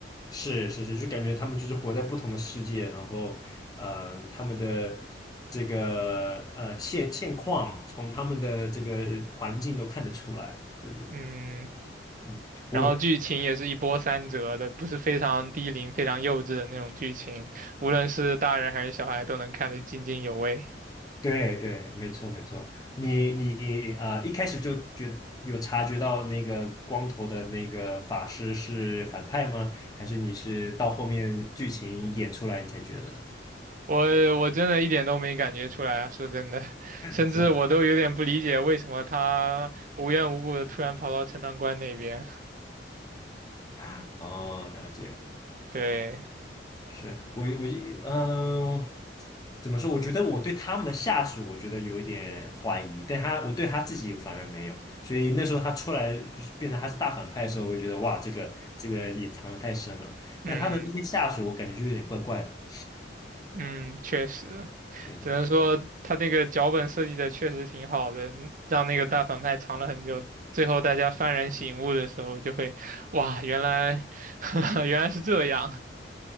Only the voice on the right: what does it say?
嗯，
然后剧情也是一波三折的，不是非常低龄、非常幼稚的那种剧情，无论是大人还是小孩都能看得津津有味。
我我真的一点都没感觉出来啊，说真的，<laughs>
甚至我都有点不理解为什么他无缘无故的突然跑到陈塘关那边。
<laughs> 对，
嗯
嗯，确实，
只能说他那个脚本设计的确实挺好的，让那个大反派藏了很久，最后大家幡然醒悟的时候，就会，哇，原来 <laughs> 原来是这样。